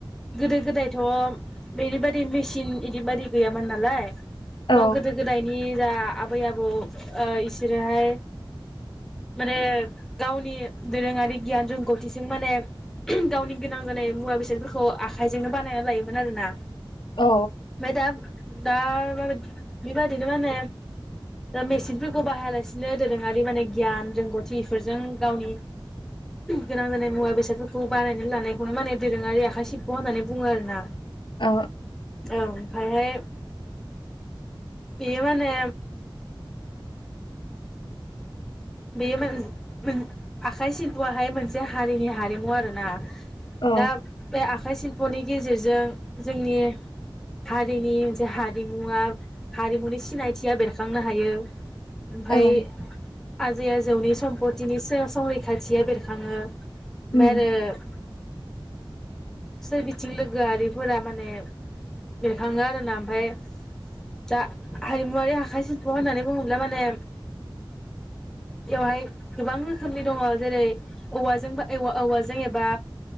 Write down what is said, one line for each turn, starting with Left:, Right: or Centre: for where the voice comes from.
Centre: गोदो गोदायथ' <unintelligible> मेसिन इदिबादि गैयामोन नालाय
Left: औ
Centre: थ' गोदो गोदायनि जा आबै आबौ इसोरोहाय माने गावनि दोरोङारि गियान रोंगौथिजों माने गावनि गोनां जानाय मुवा बेसादफोरखौ आखाइजोंनो बानायना लायोमोन आरोना
Left: औ
Centre: <unintelligible> दा दा <unintelligible> बेबायदिनो माने मेसिनफोरखौ बाहायालासिनो दोरोङारि माने गियान रोंगौथिफोरजों इफोरजों गावनि गोनां जानाय मुवा बेसादफोरखौ बानायनो लानायखौनो माने दोरोङारि आखाइ सिल्प होननानै बुङो आरो ना
Left: औ
Centre: औ ओमफ्रायहाय बेयो‌ माने बेयो <unintelligible> आखाइ सिल्पआहाय मोनसे हारिनि हारिमु आरोना
Left: औ
Centre: दा बे आख आखाइ सिल्प'नि गेजेरजों जोंनि हारिनि मोनसे हारिमुआ हारिमुनि सिनायथिया बेरखांनो हायो ओमफाय
Left: औ
Centre: आजै आजौनि सम्पतिनि सो संरैखाथिया बेरखाङो ओमफाय
Left: उम
Centre: आरो सोरबिथिं लोगोआरिफोरा माने बेरखाङो आरोना ओमफाय दा हारिमुवारि आखाइ सिल्प होननानै बुङोब्ला माने बेवहाय गोबां रोखोमनि दङ जेरै औवाजों बा‌ ए औवाजों एबा